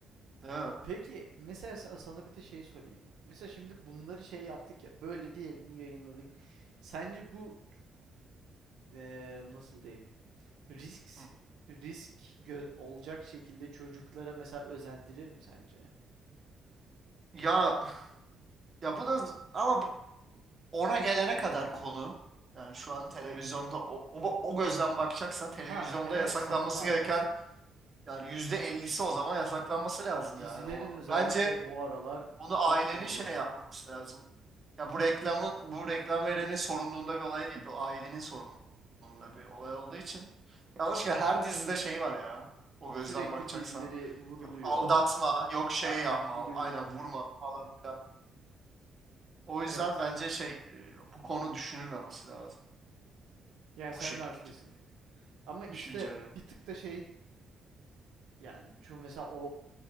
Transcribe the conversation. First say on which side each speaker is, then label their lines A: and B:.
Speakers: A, on the right (about 30°); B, on the right (about 80°).
A: Değil mi?
B: Peki mesela sa- sana bir de şey sorayım. Mesela şimdi bunları şey yaptık ya böyle diyelim yayınladık. Sence bu eee, nasıl diyeyim? Risk
A: Hı.
B: risk gö- olacak şekilde çocuklara mesela özendirir mi sence?
A: Ya ya bu da ama bu- ona gelene kadar konu. Yani şu an televizyonda o, o, o gözden bakacaksan televizyonda
B: Ha evet
A: yasaklanması
B: sen de haklısın.
A: gereken yani yüzde elli'si o zaman yasaklanması lazım
B: Dizilerin
A: yani. O,
B: özellikle
A: bence
B: bu aralar
A: onu
B: çok
A: ailenin
B: kötü.
A: şey yapması lazım. Ya bu reklamın bu reklam verenin sorumluluğunda bir olay değil. Bu ailenin sorumluluğunda bir olay olduğu için. Yanlışlıkla her dizide şey var ya. O gözden
B: Sürekli
A: bakacaksan.
B: birileri vuruluyor.
A: Yok aldatma, yok şey
B: Aynen
A: yapma,
B: biri
A: aynen vurma falan filan. O
B: evet.
A: yüzden bence şey e, bu konu düşünülmemesi lazım.
B: Yani sen
A: Bu şekilde
B: de haklısın. Ama işte
A: düşüncelerim.
B: bir tık da şey yani şu mesela o